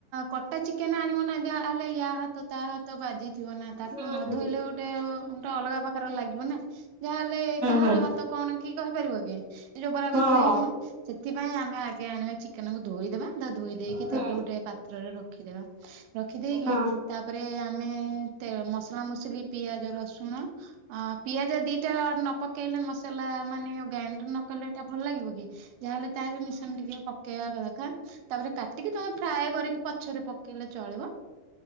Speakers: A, on the right; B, on the right.
A: କଟା ଚିକେନ ଆଣିବ ନା ଯାହା ହେଲେ ୟା ହାତ ତା ହାତ ବାଜିଥିବ ନା ତାକୁ
B: ହୁଁ
A: କଣ ନଧୋଇଲେ
B: ହୁଁ
A: ଗୋଟେ ଗୋଟେ ଅଲଗା ପ୍ରକାର ଲାଗିବ ନା। ତାହେଲେ କାହାର
B: ହଁ।
A: ହାତ କଣ କିଏ କହିପାରିବ କି ଯୋଉ
B: ହଁ ହଁ
A: ସେଥିପାଇଁ ଆମେ ଆଗେ ଆଣିବା ଚିକେନକୁ ଧୋଇଦବା ତାପରେ ଧୋଇ ଦେଇେଇକି
B: ହୁଁ
A: ତାପରେ ଗୋଟେ ପାତ୍ରରେ ରଖ ରଖିଦବା ରଖିଦେଇକି
B: ହଁ
A: ତା ତାପରେ ଆମେ ତେ ମସଲା ମସଲି ପିଆଜ ରସୁଣ ଆ ପିଆଜ ଦି ନ ପକେଇଲେ ମସଲା ମାନେ ଗ୍ରାଇଣ୍ଡର ନକଲେ ଏଇଟା ଭଲ ଲାଗିବ କି? ଯାହାହଲେ ତାଦେହରେ ମିଶ୍ରଣ ଟିକେ ପକେଇବା କଥା। ତାପରେ କାଟିକି ତମେ ଫ୍ରାଏ କରିକି ପଛରେ ପକେଇଲେ ଚଳିବ।